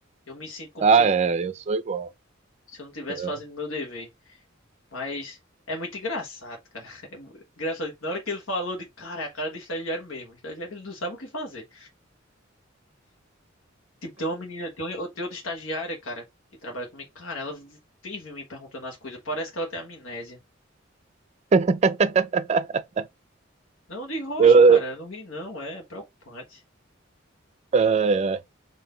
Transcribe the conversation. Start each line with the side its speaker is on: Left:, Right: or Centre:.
Left: Eu me sinto como
Right: Ah,
Left: se eu,
Right: é, eu sou igual.
Left: se eu não tivesse
Right: É.
Left: fazendo meu dever. Mas é muito engraçado, cara. <laughs> É mu- engraçado. Na hora que ele falou de cara, é a cara de estagiário mesmo. O estagiário ele não sabe o que fazer. Tipo, tem uma menina, tem, um, tem outra estagiária, cara, que trabalha comigo. Cara, ela vi- vive me perguntando as coisas. Parece que ela tem amnésia.
Right: <laughs>
Left: Não de rocha,
Right: Eu,
Left: cara.
Right: é,
Left: Eu não ri, não. É preocupante.
Right: é.